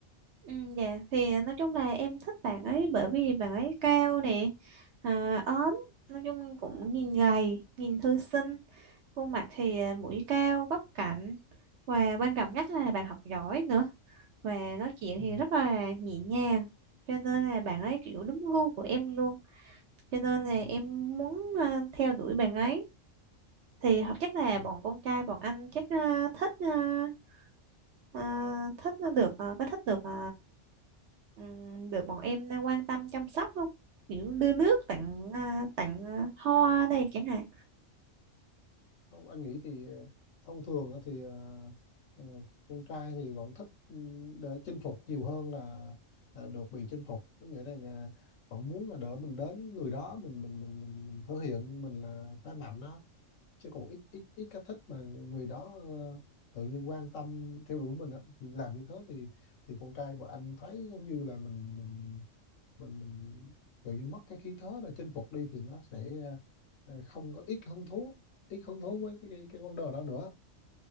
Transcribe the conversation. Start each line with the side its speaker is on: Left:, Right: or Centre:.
Right: Ừ, dạ thì à, nói chung là em thích bạn ấy bởi vì bạn ấy cao nè à, ốm nói chung cũng nhìn gầy nhìn thư sinh khuôn mặt thì à, mũi cao góc cạnh và quan trọng nhất là bạn học giỏi nữa và nói chuyện
Left: ừ.
Right: thì rất là nhẹ nhàng cho nên là bạn ấy kiểu đúng gu của em luôn cho nên là
Left: Ừ.
Right: em muốn à, theo đuổi bạn ấy thì họ- chắc là
Left: Ừ.
Right: bọn con trai bọn anh chắc ờ, thích ờ, ờ, thích nó được ờ, có thích được ờ, ừm, được bọn em quan tâm chăm sóc không kiểu đưa nước tặng ờ, tặng ờ, hoa này chẳng hạn
Left: không anh nghĩ thì ờ, thông thường á thì ờ, ờ, con trai thì vẫn thích ừ, để chinh phục nhiều hơn là ờ, được bị chinh phục có nghĩa là nhà- vẫn muốn là đỡ mình đến người đó mình mình mình mình, mình thể hiện mình là phái mạnh đó chứ còn ít ít ít cái thích mà người đó ờ, tự nhiên quan tâm theo đuổi mình á. thì làm như thế thì thì con trai bọn anh thấy giống như là mình mình mình mình tự nhiên mất cái khí thế là chinh phục đi thì nó sẽ ờ, không có ít hứng thú ít hứng thú với cái cái, cái vấn đề đó nữa